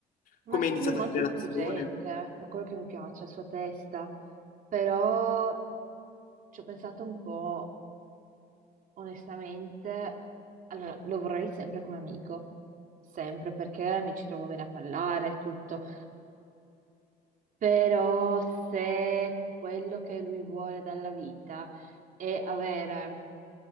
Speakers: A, on the right; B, on the left.
A: Ma
B: come
A: sì,
B: è iniziata
A: è molto
B: la relazione.
A: intelligente, è quello che mi piace, la sua testa. Però ci ho pensato un po', onestamente. Allora, lo vorrei sempre come amico, sempre perché mi ci trovo bene a parlare, tutto. Però se quello che lui vuole dalla vita è avere